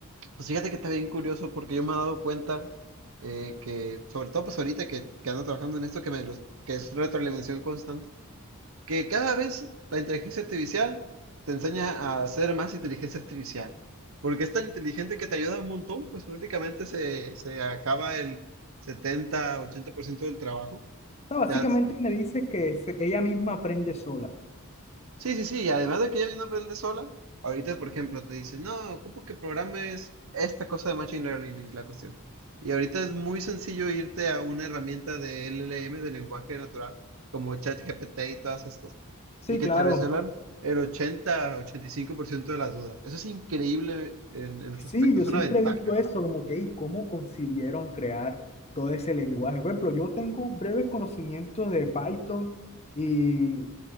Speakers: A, on the right; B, on the left.
A: Pues fíjate que está bien curioso porque yo me he dado cuenta eh, que, sobre todo pues ahorita que, que ando trabajando en esto, que, me los- que es retroalimentación constante, que cada vez la inteligencia artificial te enseña a hacer más inteligencia artificial, porque es tan inteligente que te ayuda un montón, pues prácticamente se, se acaba el 70, 80% del trabajo,
B: sea, básicamente
A: ya
B: me dice que se- ella misma aprende sola.
A: Sí, sí, sí, y además de que ella misma aprende sola, ahorita, por ejemplo, te dice, no, ocupo que programes esta cosa de Machine Learning, y la cuestión. Y ahorita es muy sencillo irte a una herramienta de LLM, de lenguaje natural, como ChatGPT y todas estas,
B: Sí,
A: y que
B: claro.
A: te resuelvan el 80, 85% de las dudas. Eso es increíble en, en este
B: Sí,
A: aspecto,
B: yo
A: es una
B: siempre
A: ventaja.
B: he dicho eso, como que, ¿y cómo concibieron crear todo ese lenguaje? Por ejemplo, yo tengo breves conocimientos de Python y,